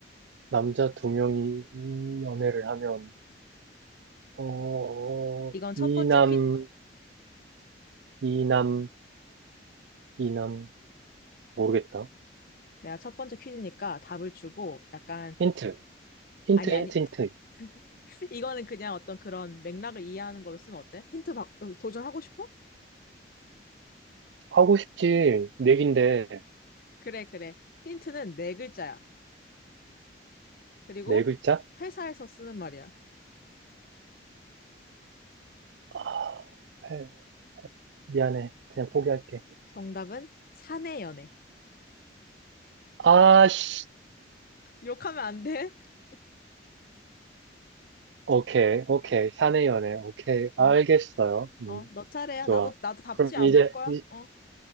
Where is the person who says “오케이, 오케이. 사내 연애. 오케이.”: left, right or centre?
Right